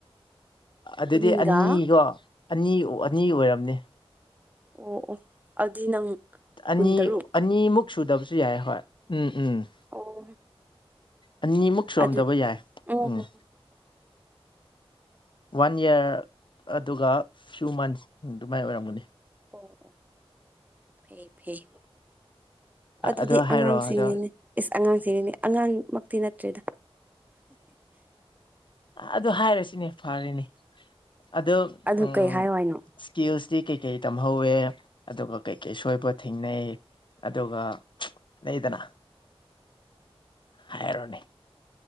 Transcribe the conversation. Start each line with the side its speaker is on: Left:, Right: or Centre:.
Left: ꯑꯗꯨꯗꯤ
Right: ꯀꯨꯟꯒ
Left: ꯑꯅꯤꯔꯣ꯫ ꯑꯅꯤ ꯑꯣ ꯑꯅꯤ ꯑꯣꯏꯔꯝꯅꯦ꯫
Right: ꯑꯣ ꯑꯣ ꯑꯗꯨꯗꯤ ꯅꯪ
Left: ꯑꯅꯤ
Right: ꯀꯨꯟꯇꯔꯨꯛ꯫
Left: ꯑꯅꯤꯃꯨꯛ ꯁꯨꯗꯕꯁꯨ ꯌꯥꯏ ꯍꯣꯏ ꯎꯝ ꯎꯝ꯫
Right: ꯑꯣ꯫
Left: ꯑꯅꯤꯃꯨꯛ ꯁꯨꯔꯝꯗꯕ
Right: ꯑꯗꯨ
Left: ꯌꯥꯏ
Right: ꯑꯣ
Left: ꯎꯝ꯫
Right: ꯍꯣ
Left: ꯋꯥꯟ ꯌꯔ ꯑꯗꯨꯒ ꯐ꯭ꯌꯨ ꯃꯟꯁ ꯑꯗꯨꯃꯥꯏꯅ ꯑꯣꯏꯔꯝꯒꯅꯤ꯫
Right: ꯑꯣ ꯑꯣ꯫ ꯐꯩ ꯐꯩ ꯑꯗꯨꯗꯤ
Left: ꯑꯗꯣ ꯍꯥꯏꯔꯣ
Right: ꯑꯉꯥꯡꯁꯤꯡꯅꯤꯅꯦ
Left: ꯑꯗꯣ
Right: ꯏꯁ ꯑꯉꯥꯡꯁꯤꯅꯦ ꯑꯉꯥꯡꯃꯛꯇꯤ ꯅꯠꯇ꯭ꯔꯦꯗ
Left: ꯑꯗꯨ ꯍꯥꯏꯔꯁꯤꯅꯦ ꯐꯔꯦꯅꯦ ꯑꯗꯣ
Right: ꯑꯗꯨ
Left: ꯑꯝ
Right: ꯀꯩ ꯍꯥꯏꯌꯣ ꯍꯥꯏꯅꯣ
Left: ꯏꯁꯀꯤꯜꯁꯇꯤ ꯀꯩꯀꯩ ꯇꯝꯍꯧꯋꯦ ꯑꯗꯨꯒ ꯀꯩꯀꯩ ꯁꯣꯏꯕ ꯊꯦꯡꯅꯩ꯫ ꯑꯗꯨꯒ ꯂꯩꯗꯅ ꯍꯥꯏꯔꯣꯅꯦ